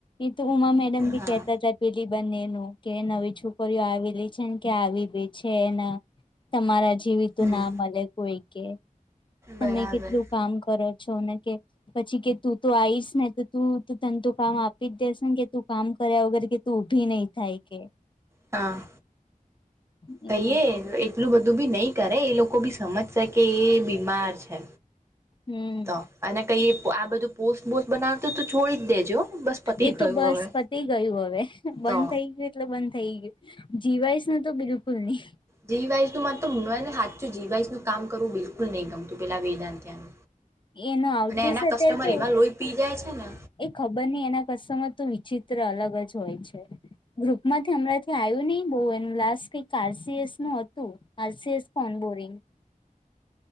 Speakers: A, on the left (about 35°); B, on the right (about 20°).
A: એ તો ઉમા મેડમ ભી
B: હા
A: કેહેતા હતા પેલી બંને નું કે નવી છોકરીઓ આવેલી છે ને કે આવી બીજ છેને તમારા જીવીતું
B: હમ
A: ના મળે કોઈ કે તમે
B: બરાબર
A: કેટલું કામ કરો છો ને કે પછી કે તું તો આઈશ ને તો તું તને તો કામ આપી જ દેસ ને કે તું કામ કર્યા વગર તો ઉભી નહી થાય કે
B: હા.
A: એવું
B: કહી એટલું બધું બી નહી કરે એ લોકો બી સમજશે કે એ બીમાર છે.
A: હમ
B: તો અને કઈ આ બધું પોસ્ટ બોસ્ટ બનાવ તો તો છોડી જ દેજો બસ પતી
A: એ
B: ગયું
A: તો બસ
B: હવે
A: પતી ગયું હવે બંધ
B: તો
A: થઈ ગયું. એટલે બંધ થઈ ગયું જીવાઈશ ન તો બિલકુલ નઈ.
B: જી વાઈસ નું માર ને સાછું જી વાઈસ ન કામ કરવું બિલકુલ નહીં ગમતું પેલાે વેદાંત્યા ન
A: એનો આવતો
B: અને એના
A: હશે
B: કસ્ટમર
A: અત્યારે તો
B: એવા લોહી પી જાય છે ને
A: એ ખબર નહ એના કસ્ટમર તો વિચિત્ર અલગ જ હોય છે. ગ્રુપમાંથી હમણાંથી આવ્યું નહી બહુ એનું લાસ્ટ એક કારસીએસ નું હતું. હ સીએસ કોન બોરિંગ